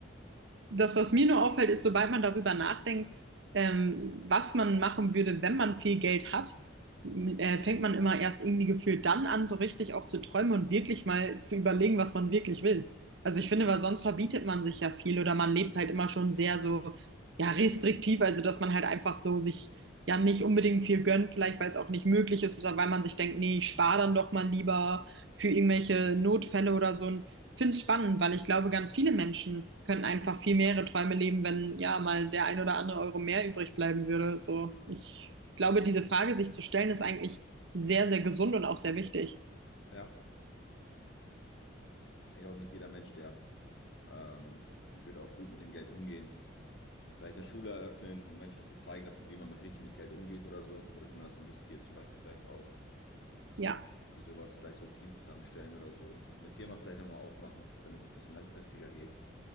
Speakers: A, on the right; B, on the left.
A: Das, was mir nur auffällt, ist, sobald man darüber nachdenkt, ähm, was man machen würde, wenn man viel Geld hat, m- äh, fängt man immer erst irgendwie gefühlt dann an, so richtig auch zu träumen und wirklich mal zu überlegen, was man wirklich will. Also ich finde, weil sonst verbietet man sich ja viel oder man lebt halt immer schon sehr so, ja, restriktiv, also dass man halt einfach so sich ja nicht unbedingt viel gönnt, vielleicht weil es auch nicht möglich ist oder weil man sich denkt, nee, ich spare dann doch mal lieber für irgendwelche Notfälle oder so. finde es spannend, weil ich glaube, ganz viele Menschen könnten einfach viel mehrere Träume leben, wenn ja mal der ein oder andere Euro mehr übrig bleiben würde. So, ich glaube, diese Frage sich zu stellen, ist eigentlich sehr, sehr gesund und auch sehr wichtig.
B: ja, ich denke auch nicht jeder Mensch, der Ähm, wird auch gut mit dem Geld umgehen. Vielleicht eine Schule eröffnen, um Menschen zu zeigen, dass man, wie man mit- richtig mit Geld umgeht oder so. Oder wie man das investiert, zum Beispiel vielleicht auch.
A: Ja.
B: Wie sowas, vielleicht so ein Team zusammenstellen oder so. Eine Firma vielleicht nochmal aufmachen, damit es ein bisschen langfristiger geht.